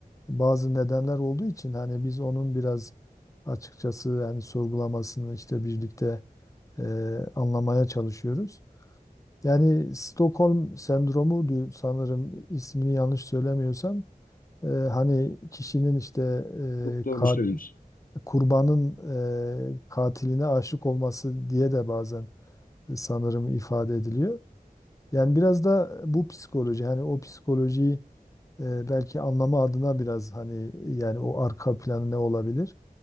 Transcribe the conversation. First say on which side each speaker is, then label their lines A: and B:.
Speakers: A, on the left; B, on the left.
A: bazı nedenler olduğu için hani biz onun biraz açıkçası yani sorgulamasını işte birlikte e, anlamaya çalışıyoruz. Yani Stockholm sendromu diyor sanırım ismini yanlış söylemiyorsam e, hani kişinin işte
B: Çok
A: e,
B: doğru
A: ka-
B: söylüyorsun.
A: kurbanın e, katiline aşık olması diye de bazen sanırım ifade ediliyor. Yani biraz da bu psikoloji hani o psikolojiyi e, belki anlamı adına biraz hani yani o arka planı ne olabilir?